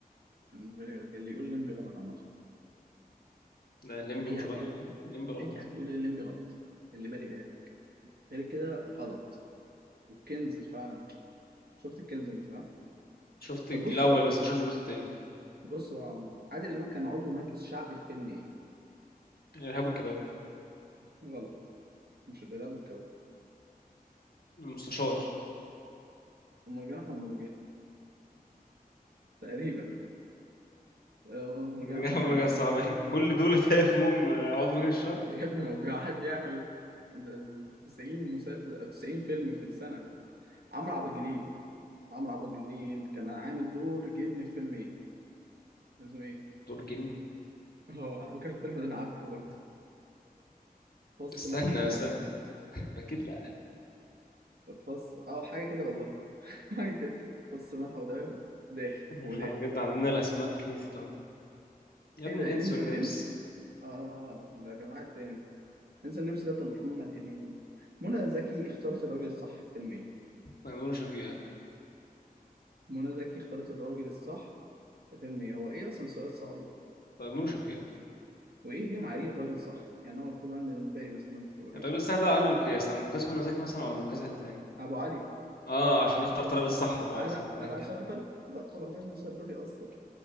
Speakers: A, on the right; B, on the left.
A: اللي بالي بالك اللي يقول لمبي غلط عامه
B: لا الليمبي
A: اي
B: مش
A: حد
B: غلط
A: يقول
B: الليمبي غلط
A: اي حد يقول الليمبي غلط اللي بالي بالك غير كده غلط والكنز فعلا شفت الكنز انت ها
B: شفت
A: طب
B: الج-
A: بص
B: الاول
A: بقى
B: بس ما شفتش الجزء التاني
A: بص بقى يا عمو. عادل امام كان عضو مجلس شعبي في فيلم ايه
B: الارهاب والكباب
A: غلط مش الإرهاب والكباب
B: المستشار
A: ومرجان احمد مرجان تقريبا آه، مرجان
B: مرجع
A: احمد مرجان
B: مرجع صعب أخي. كل دول تلاقي فيهم آه، عضو مجلس الشعب
A: <laughs> يا ابني ما هو واحد بيعمل ده 90 مسلسل 90 فيلم في السنة عمرو عبد الجليل عمرو عبد الجليل كان عامل دور جن في فيلم ايه؟ اسمه ايه؟
B: دور جن
A: <laughs> هو على فكرة الفيلم ده انا عارفه برضه فص
B: استنى
A: ملح وداخ
B: استنى اكيد لا
A: فص اه حاجة كده والله <laughs> حاجة كده فص ملح وداخ داخ وداخ
B: احنا بجد عندنا الاسماء كريتيف أوي. يا ابن
A: ايه ده
B: الانس
A: انسو
B: والنمس
A: النمس؟ اه آه، آه، ده كان واحد تاني انسو النمس ده بتاع محمد هنيدي منى زكي اختارت الراجل الصح في فيلم ايه؟
B: تيمور وشفيقة
A: منى زكي اختارت الراجل الصح في فيلم ايه؟ هو ايه اصلا سؤال صعب
B: تيمور وشفيقة
A: وايه هي معايير الراجل الصح يعني انا المفروض انا بالنسبه لي مثلا ده ممكن يبقى
B: يعني
A: راجل
B: الراجل
A: صح
B: الصح ده على أنهي مقياس على مقياس منى زكي مثلا ولا
A: إنه
B: على
A: بالظبط
B: مقياس حد تاني
A: ابو علي
B: اه عشان
A: قلت
B: اخترت
A: له
B: الراجل الصح ابو
A: انا
B: علي صح آه،
A: انا
B: كده
A: عشان
B: فاهم
A: اخترت صح والله المشهد ده بيأثر